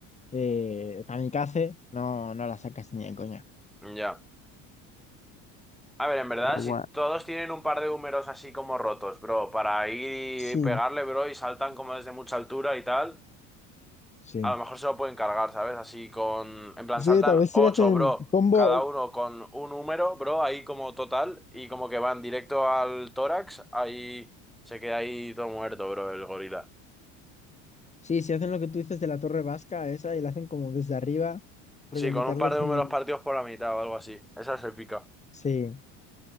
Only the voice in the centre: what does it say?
Ya. A ver, en verdad,
si
todos tienen un par de húmeros así como rotos, bro, para ir
y pegarle, bro, y saltan como desde mucha altura y tal,
a lo mejor se lo pueden cargar, ¿sabes? Así con... En plan,
saltan
ocho,
bro,
cada uno con un húmero, bro, ahí como total, y como que van directo al tórax, ahí se queda ahí todo muerto, bro, el gorila.
Sí,
con un par
de números
partidos por la mitad o algo así. Esa se pica.